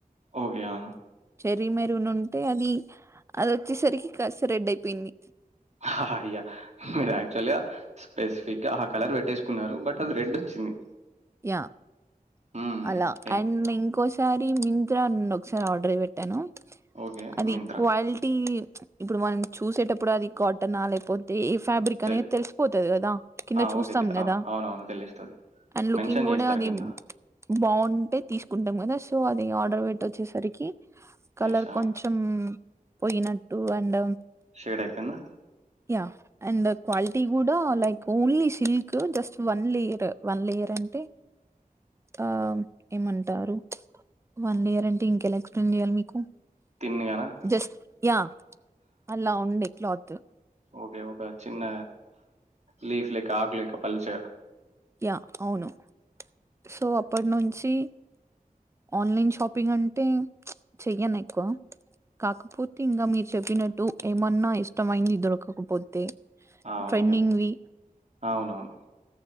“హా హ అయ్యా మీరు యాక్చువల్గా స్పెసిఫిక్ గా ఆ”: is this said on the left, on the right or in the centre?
Right